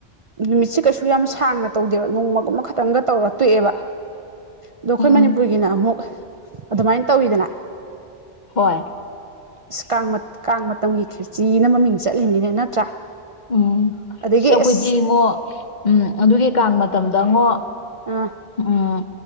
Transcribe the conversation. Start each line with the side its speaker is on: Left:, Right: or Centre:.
Right: ꯅꯨꯃꯤꯠꯁꯦ ꯀꯩꯁꯨ ꯌꯥꯝ ꯁꯥꯡꯅ ꯇꯧꯗꯦꯕ ꯅꯣꯡꯃꯒꯨꯝꯕ ꯈꯛꯇꯪꯒ ꯇꯣꯛꯑꯦꯕ ꯑꯗꯣ ꯑꯩꯈꯣꯏ
Left: ꯎꯝ
Right: ꯃꯅꯤꯄꯨꯔꯒꯤꯅ ꯑꯃꯨꯛ ꯑꯗꯨꯃꯥꯏꯅ ꯇꯧꯋꯤꯗꯅ
Left: ꯍꯣꯏ
Right: ꯏꯁ ꯀꯥꯡꯃꯠ ꯀꯥꯡꯃꯠ ꯃꯇꯝꯒꯤ ꯈꯔꯤꯆꯤꯅ ꯃꯃꯤꯡ ꯆꯠꯂꯤꯅꯦ ꯅꯠꯇ꯭ꯔꯥ
Left: ꯎꯝ
Right: ꯑꯗꯒꯤ
Left: ꯆꯀꯨꯗꯤ
Right: ꯑꯁ
Left: ꯏꯉꯣ ꯎꯝ ꯑꯗꯨꯒꯤ ꯀꯥꯡ ꯃꯇꯝꯗ ꯗꯉꯣ
Right: ꯑꯥ
Left: ꯎꯝ